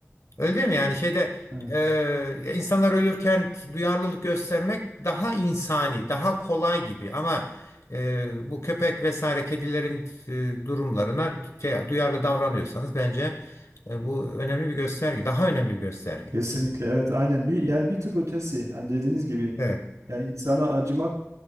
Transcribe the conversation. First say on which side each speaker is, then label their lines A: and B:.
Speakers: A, on the left (about 75°); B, on the right (about 80°).
A: Öyle değil mi? Yani şeyde
B: Evet.
A: e, insanlar ölürken duyarlılık göstermek daha insani, daha kolay gibi. Ama e, bu köpek vesaire kedilerin e, durumlarına şey, duyarlı davranıyorsanız bence e, bu önemli bir gösterge. Daha önemli bir gösterge.
B: kesinlikle evet aynen bir yani bir tık ötesi. Hani dediğiniz gibi
A: Evet.
B: yani insana acımak